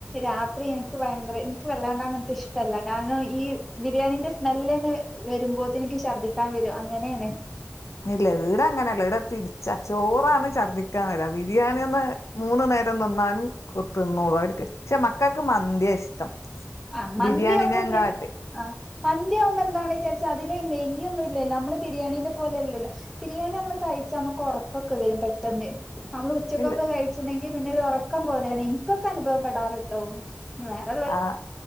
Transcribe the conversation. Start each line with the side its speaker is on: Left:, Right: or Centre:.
Centre: രാത്രി എനിക്ക് ഭയങ്ക ങ്ങട്ട് ഇഷ്ടല്ല കാരണം ഈ ബിരിയാണിന്റെ സ്മെല്ന്ന് വരുമ്പോത്തെ എനിക്ക് ഛർദ്ദിക്കാൻ വരും അങ്ങനെയാണ്
Left: ഇല്ല ട അങ്ങനെയല്ല ഈട തിരിച്ച ച്ചോറാണ് ഛർദ്ദിക്കാൻ വരാ ബിരിയാണി ഒന്ന് മൂന്നു നേരം തിന്നാനും തിന്നുള്ളു അവർക്ക് പക്ഷെ മക്കൾക്ക് മന്തിയ ഇഷ്ടം
Centre: ആ മന്തിമ്മ
Left: ബിരിയാണിനെ കാട്ടി
Centre: ആ മന്തി അ യ്ന്എന്താണ് ചരി അതില് നെയ്യൊന്ന ഇല്ലോ നമ്മള് ബിരിയാണീ പോലല്ലല്ലോ ബിരിയാണി നമ്മള് കയ്ച്ച് നമുക്ക് ഉറക്കൊക്കെ വരും പെട്ടെന്ന് നമ്മൾ ഉച്ചക്കൊക്കെ
Left: ഇല്ല
Centre: കഴിച്ചിട്ടുണ്ടെങ്കിൽ പിന്നെ ഒരു ഒറക്കം പോലെയാണ് എനിക്കൊക്കെ അനുഭവപ്പെടാറ് ട്ടോ ഇനി വേറെ
Left: ആഹ്